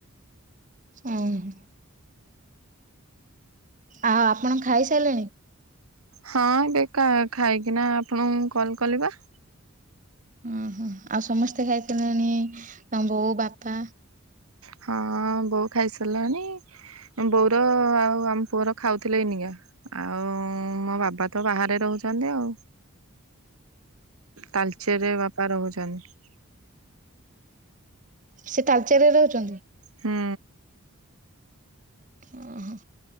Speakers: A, on the right (about 35°); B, on the right (about 85°).
A: ଉଁ ହୁଁ। ଆଉ ଆପଣ ଖାଇସାଇଲେଣି।
B: ହଁ ଏବେକା ଖାଇକିନା ଆପଣଙ୍କୁ କଲ୍ କଲି ପା।
A: ଉଁ ହୁଁ ଆଉ ସମସ୍ତେ ଖାଇସାଇଲେଣି ତମ ବୋଉ ବାପା
B: ହଁ ବୋଉ ଖାଇସାଇଲାଣି ବୋଉର ଆଉ ଆମ ପୁଅର ଖାଉଥିଲେ ଏନିକା। ଆଉ ମୋ ବାବା ତ ବାହାରେ ରହୁଛନ୍ତି ଆଉ। ତାଳଚେର ବାପା ରହୁଛନ୍ତି।
A: ସେ ତାଳଚେର ରେ ରହୁଛନ୍ତି।
B: ହୁଁ
A: ଉଁ ହୁଁ